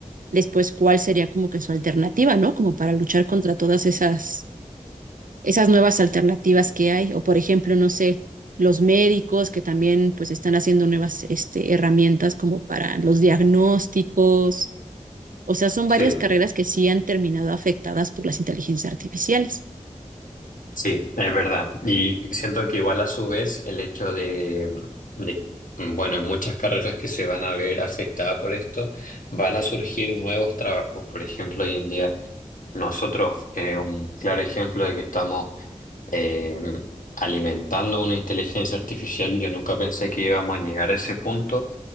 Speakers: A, on the right (about 85°); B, on the left (about 80°).
A: después cuál sería como que su alternativa, ¿no? Como para luchar contra todas esas esas nuevas alternativas que hay, o por ejemplo, no sé, los médicos que también pues están haciendo nuevas este, herramientas como para los diagnósticos, o sea, son
B: Sí.
A: varias carreras que sí han terminado afectadas por las inteligencias artificiales.
B: Sí, es verdad. Y siento que igual a su vez el hecho de, de, mm, bueno, en muchas carreras que se van a ver afectadas por esto, van a surgir nuevos trabajos. Por ejemplo, hoy en día nosotros, eh, un claro ejemplo de que estamos eh, alimentando una inteligencia artificial, yo nunca pensé que íbamos a llegar a ese punto.